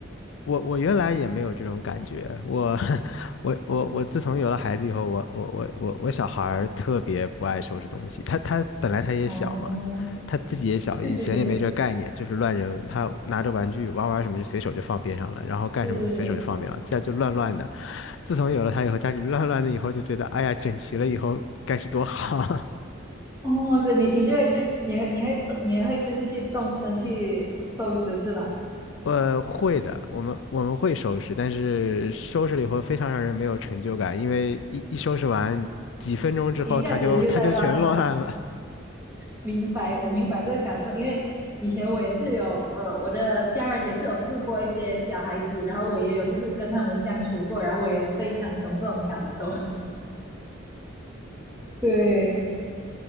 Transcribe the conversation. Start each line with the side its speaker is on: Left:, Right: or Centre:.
Left: 我我原来也没有这种感觉，我 <laughs> 我我我自从有了孩子以后，我我我我我小孩儿特别不爱收拾东西，他他本来他也小嘛，
Right: 哦，
Left: 他自己也小，
Right: 对对对，
Left: 以前也没这概念，就是乱扔，他拿着玩具玩玩什么就随手就放边上了，然后干什么就随手就放边上，
Right: 是
Left: 家就乱乱的。自从有了他以后，家里乱乱的以后就觉得，哎呀，整齐了以后该是多好。<laughs>
Right: 哦，所以你你就会就你会你会动，你也会就是去动身去呃收拾是吧？
Left: 呃，会的，我们我们会收拾，但是收拾了以后非常让人没有成就感，因为一一收拾完几分钟之后，
Right: 一下子又在乱了，
Left: 他就他就全乱了。
Right: 明白，我明白这个感受，因为以前我也是有呃，我的家人也是有顾过一些小孩子，然后我也有就是跟他们相处过，然后我也非常懂这种感受。<laughs> 对，